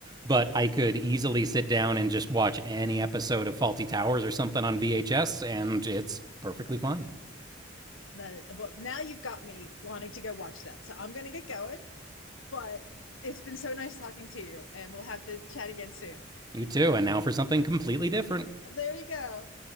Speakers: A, on the right; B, on the left.
A: but I could easily sit down and just watch any episode of Faulty Towers or something on VHS and it's perfectly fine.
B: That is, well, now you've got me wanting to go watch that. So I'm gonna get going, but it's been so nice talking to you, and we'll have to chat again soon.
A: You too. And now for something completely different.
B: There you go.